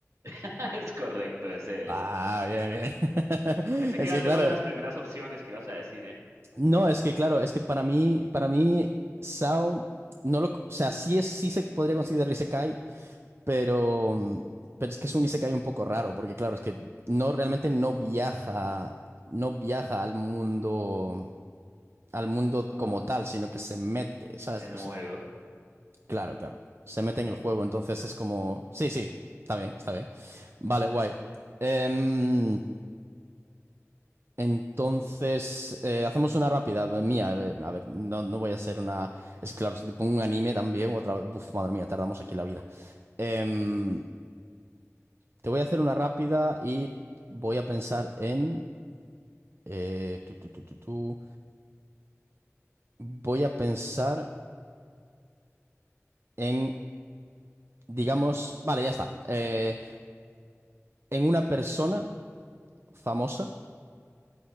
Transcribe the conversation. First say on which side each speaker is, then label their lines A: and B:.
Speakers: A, on the right; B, on the right.
A: <laughs> Es correcto, ese
B: Ah,
A: es.
B: bien, bien. <laughs>
A: Pensé
B: Es
A: que iba
B: que
A: a
B: claro,
A: ser una de las primeras opciones que ibas a decir, ¿eh?
B: no, es que claro, es que para mí, para mí, SAO, no lo, o sea, sí es, sí se podría considerar Isekai, pero, mm, pero es que es un Isekai un poco raro, porque claro, es que no, realmente no viaja, no viaja al mundo, al mundo
A: Como
B: como
A: un...
B: tal, sino que se mete, ¿sabes?
A: en un juego.
B: Claro, claro. Se mete en el juego, entonces es como... Sí, sí, está bien, está bien. Vale, guay. Em, entonces, eh, hacemos una rápida eh, mía. eh, A ver, no, no voy a hacer una... Es que claro, si te pongo un anime también, otra vez... Uf, madre mía, tardamos aquí la vida. Em, te voy a hacer una rápida y voy a pensar en... eh, tu, tu, tu, tu, tu. Voy a pensar en, digamos... Vale, ya está. Eh, en una persona famosa